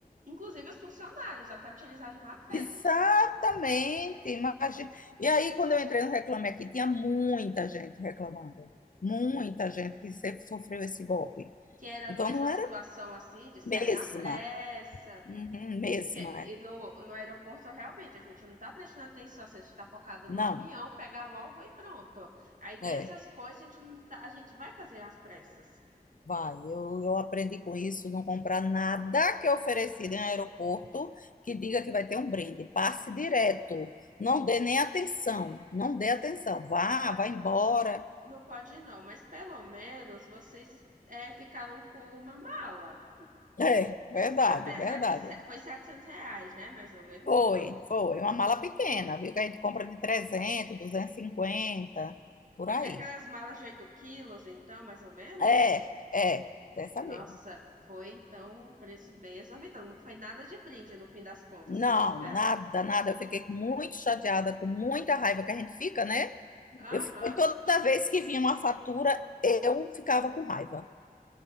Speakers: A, on the right; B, on the left.
A: Inclusive os funcionários, até utilizar de má fé,
B: Exatamente,
A: quem sabe.
B: imagina. E aí, quando eu entrei no Reclame Aqui, tinha muita gente reclamando, muita gente que se- sofreu esse golpe.
A: Que era
B: Então,
A: a mesma
B: não
A: situação
B: era
A: assim, de sair
B: mesma,
A: na pressa.
B: uhum, mesma,
A: E, porque, e
B: é.
A: no, no aeroporto, realmente, a gente não tá prestando atenção, assim, a gente tá focado
B: não,
A: no avião, pega logo e pronto. Aí vem
B: é,
A: essas coisas, a gente, não tá- a gente vai fazer as pressas.
B: vai, eu, eu aprendi com isso, não comprar nada que é oferecido em aeroporto que diga que vai ter um brinde, passe direto, não dê nem atenção, não dê atenção, vá,
A: Não pode.
B: vá embora.
A: Não pode não, mas pelo menos vocês é, ficaram com uma mala.
B: É, verdade,
A: Apesar
B: verdade.
A: que se- foi 700 reais, né? Mais ou menos.
B: Foi,
A: Então,
B: foi. Uma mala pequena, viu? Que a gente compra de trezentos, duzentos e cinquenta por aí.
A: é aquelas malas de 8 quilos, então, mais ou menos.
B: É, é, dessa
A: Nossa,
B: mesmo.
A: foi então um preço bem exorbitante. Não foi nada de brinde no fim das contas,
B: Não,
A: vocês tiveram.
B: nada, nada. Eu fiquei muito chateada, com muita raiva que a gente fica, né?
A: Aham.
B: Eu, fi- toda vez que vinha uma fatura, eu ficava com raiva.